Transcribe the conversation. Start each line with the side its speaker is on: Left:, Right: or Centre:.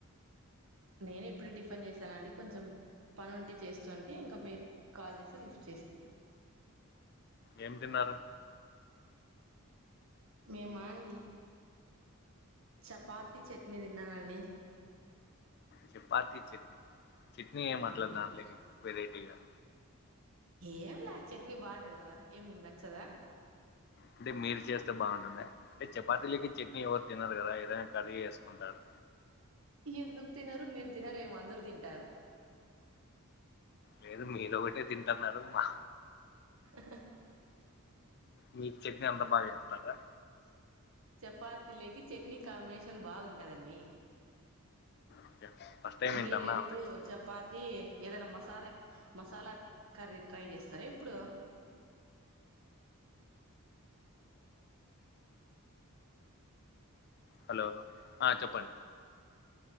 Right: నేను ఇప్పుడే టిఫిన్ చేశానండి కొంచెం పని ఉంటే చేస్తు ఉంటి ఇంకా మీరు కాల్ చేస్తే లిఫ్ట్ చేస్థి
Left: ఎం తిన్నరు
Right: మేమా అండి చపాతి చట్నీ తిన్నానండి
Left: చెపాతి చెట్ని చెట్నీ ఎం అట్లా
Right: అవును
Left: దాంట్లో ఎం వెరైటీ లేదా
Right: ఏం లే చట్నీ బాగుంటాది కదా ఏమి మీకు నచ్చదా
Left: అంటే మీరు చేస్తే బాగుంటదా అంటే చపాతీలకి చట్నీ ఎవరు తినరు కదా ఏదైనా కర్రి వేసుకుంటారు
Right: ఎందుకు తినరు మీరు తినరెమో అందరు తింటారు
Left: లేదు మీదోకటే తింటన్నారు మా
Right: స
Left: మీరు చట్నీ అంతా బాగా చెస్తారా
Right: చపాతి లేకి చట్నీ కాంబినేషన్ బాగుంటదండి
Left: ఓకే, ఫస్ట్ టైం
Right: మీరు
Left: వింటన్నా
Right: ఎప్పుడు
Left: అందుకే
Right: చపాతి ఏదైనా మసాలా మసాలా కర్రీ ట్రై చేస్తారా ఇప్పుడు
Left: హలో ల చెప్పు ప